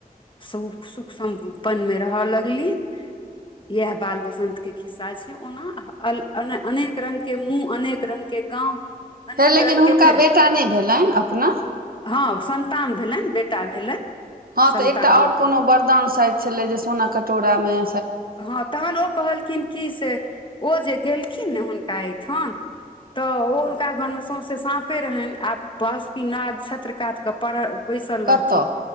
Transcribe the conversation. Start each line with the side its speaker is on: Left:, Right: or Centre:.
Left: सु सुख सम्पन्नमे रहय लगली इह बाल बसंत के खिस्सा छै ओना अने अनेक रंगग के मुँह अनेक रङंग के गाँव अनेक
Right: फेर लेकिन
Left: रङ्गके
Right: हुनका
Left: फेर
Right: बेटा नहि भेलनि अपना
Left: हँ संन्तान भेलनि बेटा भेलनि
Right: हँ
Left: सन्तान
Right: तऽ एकटा
Left: हुन
Right: और कोनो वरदान शायद छलै जे सोना कटोरा मे
Left: हँ तहन ओ कहलखिन कि से ओ जे गेलखिन ने हुनका एहिठाम तऽ ओ हुनका घरमे सौंसे साँपे रहनि आ बहुकीनाथ छ्षत्र कात के पढ़ बैसल
Right: कतऽ
Left: रहथिन